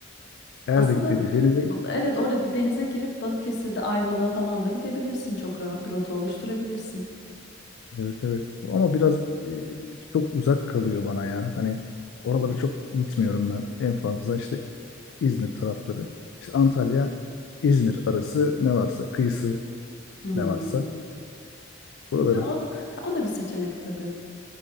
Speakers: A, on the left; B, on the left.
A: Erdek'te
B: Aslında
A: bir denize
B: bu- evet orada bir denize girip Balıkesir'de Ayvalık'a falan da gidebilirsin. Çok rahat bir rota oluşturabilirsin.
A: evet evet ama biraz e, çok uzak kalıyor bana ya. Hani oralara çok gitmiyorum ben. En fazla işte İzmir tarafları. İşte Antalya, İzmir arası ne varsa, kıyısı
B: Hmm.
A: ne varsa buraları
B: Ya o, da- ya o da bir seçenek tabii.